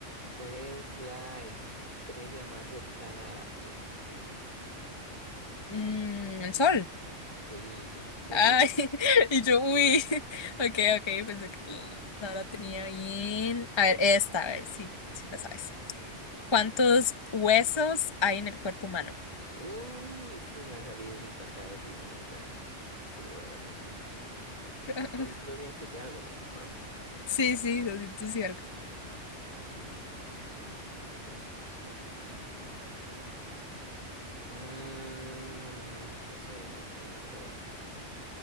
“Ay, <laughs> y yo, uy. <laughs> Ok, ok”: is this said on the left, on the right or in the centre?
Left